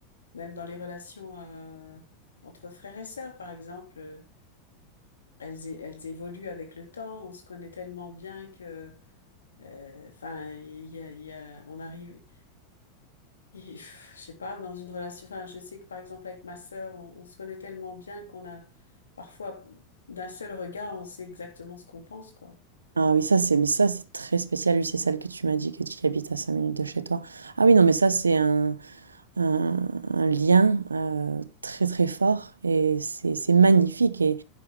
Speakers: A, on the left; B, on the right.
A: même dans les relations euh, entre frères et sœurs, par exemple, euh, elles, é- elles évoluent avec le temps, on se connaît tellement bien que... euh, Enfin, il y a, il y a- on arrive. Et, pff, je sais pas, dans une relation, enfin, je sais que par exemple avec ma sœur, on, on se connaît tellement bien qu'on a parfois d'un seul regard, on sait exactement ce qu'on pense, quoi.
B: Ah oui, ça c'est mais ça c'est très spécial, lui c'est celle que tu m'as dit que tu habites à 5 minutes de chez toi. Ah oui, non mais ça c'est un, un, un lien euh, très très fort et c'est c'est magnifique